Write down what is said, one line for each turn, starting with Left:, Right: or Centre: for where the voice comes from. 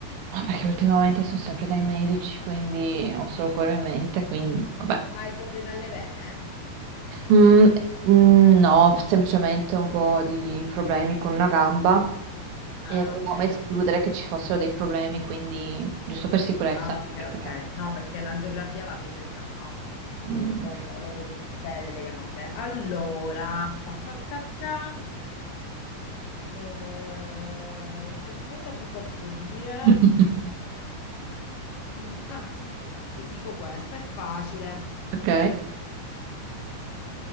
Right: Ah, perché ultimamente sono sempre dai medici, quindi ho solo quello in mente, quindi vabbè.
Left: Ma hai problemi alle vene?
Right: Mm, mm, no, semplicemente un po' di problemi con una gamba
Left: eh?
Right: e
Left: Ah,
Right: volevamo
Left: ok.
Right: escludere che ci fossero dei problemi, quindi giusto per sicurezza,
Left: Ah,
Right: anche
Left: ok,
Right: perché...
Left: ok. No, perché l'angiografia la fece mia mamma.
Right: mm.
Left: per le venute delle gambe. Allora, ta ta ta ta, eh, che cosa ti posso dire?
Right: <laughs>
Left: Mm, ah, ti, ti dico questo, è facile.
Right: Ok.